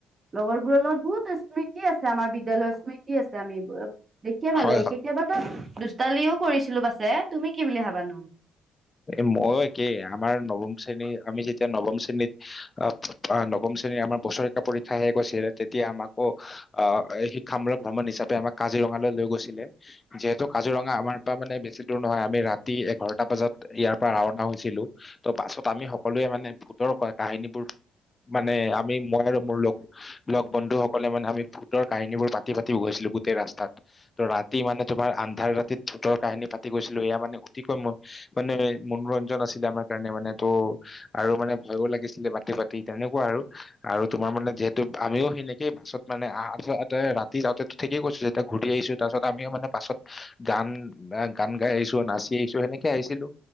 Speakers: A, on the right; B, on the left.
A: লগৰবোৰৰ লগত বহুতো স্মৃতি আছে আমাৰ বিদ্যালয়ৰ স্মৃতি আছে। আমি এইবোৰত দেখিয়ে ভাল
B: হয়
A: লাগে। কেতিয়াবাটো দুষ্টালিও কৰিছিলো পাছে। তুমি কি বুলি ভাবা নো?
B: এ ময়ো একেই। আমাৰ নৱম শ্ৰেণীৰ, আমি যেতিয়া নৱম শ্ৰেণীত আহ নৱম শ্ৰেণীৰ আমাৰ বছৰেকীয়া পৰীক্ষা শেষ হৈছিলে। তেতিয়া আমাকো আহ শিক্ষা মূলক ভ্ৰমণ হিচাপে আমাক কাজিৰঙালৈ লৈ গৈছিলে। যিহেতু কাজিৰঙা আমাৰ পৰা মানে বেছি দূৰ নহয়। আমি ৰাতি এঘাৰটা বজাত ইয়াৰ পৰা ৰাওনা হৈছিলো। ত' বাছত আমি সকলোৱে মানে ভূতৰ কাহিনীবোৰ মানে আমি মই আৰু মোৰ লগ লগ বন্ধুসকলে মানে আমি ভূতৰ কাহিনীবোৰ পাতি পাতি গৈছিলো গোটেই ৰাস্তাত। ত' ৰাতি মানে তোমাৰ আন্ধাৰ ৰাতিত ভূতৰ কাহিনী পাতি গৈছিলো। এয়া মানে অতিকৈ মোৰ মানে মনোৰঞ্জন আছিল আমাৰ কাৰণে। মানে ত' আৰু মানে ভয়ো লাগিছিলে পাতি পাতি। তেনেকুৱা আৰু। আৰু তোমাৰ মানে যিহেতু আমিও সেনেকেই বাছত মানে ৰাতি যাওঁতে ঠিকেই গৈছো। যেতিয়া ঘূৰি আহিছো, তাৰপাছত আমিও মানে পাছত গান গান গাই আহিছো, নাচি আহিছো। সেনেকে আহিছিলো।